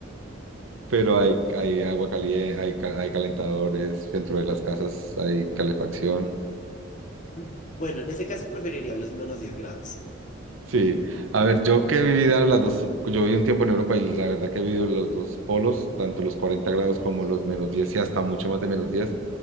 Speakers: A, on the right; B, on the left.
A: pero hay, hay agua caliente, hay, cal- hay calentadores dentro de las casas, hay calefacción.
B: Ujú. Bueno, en ese caso preferiría los menos diez grados.
A: Sí, a ver, yo que he vivido las dos, yo viví un tiempo en Europa y la verdad que he vivido los dos polos, tanto los 40 grados como los menos 10 y hasta mucho más de menos 10.